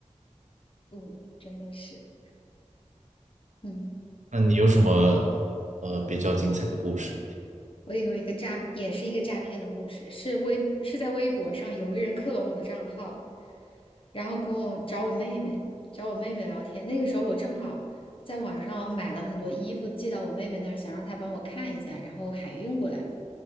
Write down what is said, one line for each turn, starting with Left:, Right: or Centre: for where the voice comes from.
Left: 嗯，真的是，嗯。
Right: 那你有什么呃比较精彩的故事吗？
Left: 我有一个诈，也是一个诈骗的故事，是微，是在微博上有一个人克隆我的账号，然后跟我找我妹妹，找我妹妹聊天。那个时候我正好在网上买了很多衣服寄到我妹妹那儿，想让她帮我看一下，然后海运过来嘛。